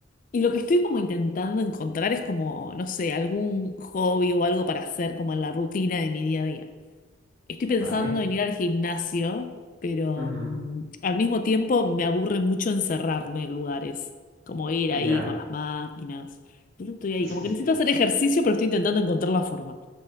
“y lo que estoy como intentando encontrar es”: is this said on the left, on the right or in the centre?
Left